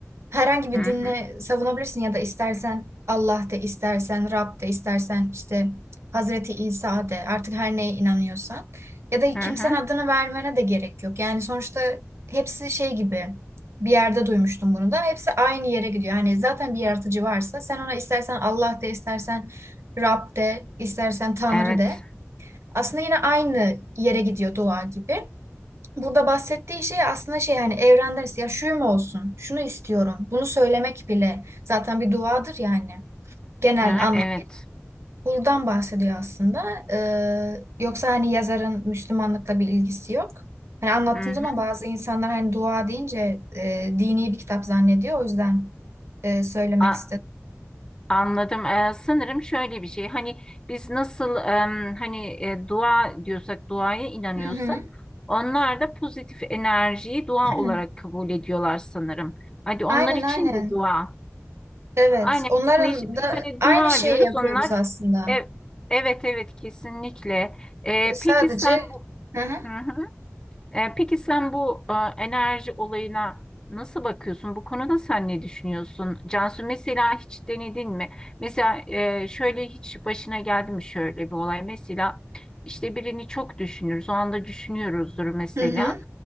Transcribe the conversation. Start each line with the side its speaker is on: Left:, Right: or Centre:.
Right: herhangi bir
Left: Hı hı,
Right: dinle savunabilirsin ya da istersen Allah de istersen Rab de istersen işte Hazreti İsa de artık her neye inanıyorsan ya da
Left: hı
Right: kimsenin
Left: hı.
Right: adını vermene de gerek yok. Yani sonuçta hepsi şey gibi bir yerde duymuştum bunu da hepsi aynı yere gidiyor. Hani zaten bir yaratıcı varsa sen ona istersen Allah de istersen Rab de, istersen Tanrı
Left: Evet,
Right: de. Aslında yine aynı yere gidiyor dua gibi. Burada bahsettiği şey aslında şey hani evrenden ya şuyum olsun, şunu istiyorum, bunu söylemek bile zaten bir duadır yani genel
Left: hı, hı,
Right: anlamı.
Left: evet.
Right: Buradan bahsediyor aslında. Ee, yoksa hani yazarın Müslümanlıkla bir ilgisi yok. Hani anlattığım
Left: Hı hı.
Right: zaman bazı insanlar hani dua deyince e, dini bir kitap zannediyor. O yüzden e, söylemek
Left: A-
Right: istedim.
Left: Anladım. E, sanırım şöyle bir şey. Hani biz nasıl em, hani e, dua diyorsak, duaya inanıyorsak,
Right: Hı hı.
Left: onlar da pozitif enerjiyi dua
Right: <clears throat>
Left: olarak kabul ediyorlar sanırım. Hadi onlar
Right: Aynen
Left: için
Right: aynen.
Left: de dua.
Right: Evet,
Left: Aynen
Right: onların
Left: ismi
Right: da
Left: hani
Right: aynı
Left: dua
Right: şeyi
Left: diyoruz
Right: yapıyoruz
Left: onlar
Right: aslında.
Left: e- evet evet kesinlikle. E,
Right: E, Sadece
Left: peki sen
Right: hı hı.
Left: hı hı. E, peki sen bu e, enerji olayına nasıl bakıyorsun? Bu konuda sen ne düşünüyorsun? Cansu mesela hiç denedin mi? Mesela e, şöyle hiç başına geldi mi şöyle bir olay? Mesela işte birini çok düşünürüz. O anda düşünüyoruzdur mesela.
Right: Hı hı.